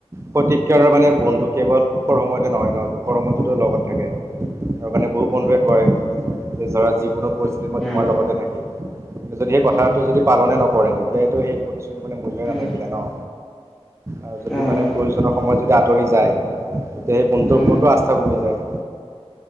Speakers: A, on the right (about 25°); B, in the centre.
A: প্ৰতিকাৰৰ মানে বন্ধু কেৱল সুখৰ সময়তে নহয় ন দুখৰ সময়ততো লগত থাকে আৰু মানে বহু বন্ধুৱে কয় যে ধৰা যিকোনো পৰিস্থিতি মই
B: উম,
A: তোমাৰ লগতে থাকিম কিন্তু যদি সেই
B: উম,
A: কথাটো যদি পালনে নকৰে তেতিয়াটো হেই তুমি মানে মোৰ যাগাত
B: উম,
A: নাথাকিলে ন আৰু যদি
B: অ',
A: মানে প্ৰয়োজনৰ সময়ত যদি আঁতৰি যায় তেতিয়া সেই বন্ধটোৰ
B: উম,
A: ওপৰতো আস্থা কমি যায়